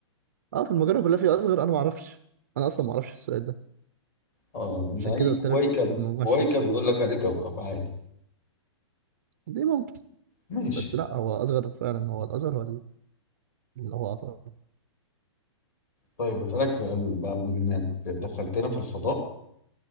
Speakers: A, on the right (about 30°); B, on the left (about 30°).
A: اه في المجرة كلها في اصغر انا ما اعرفش انا اصلا ما اعرفش السؤال ده
B: اه إن
A: عشان
B: أي
A: كده قلت
B: كويكب
A: لك في المجموعة
B: كويكب
A: الشمسية
B: يقول لك عليه كوكب عادي
A: دي ممكن
B: ماشي
A: بس لا هو اصغر فعلا هو الاصغر هو اللي هو عطارد
B: طيب أسألك سؤال بقى بإنك دخلتنا في الفضاء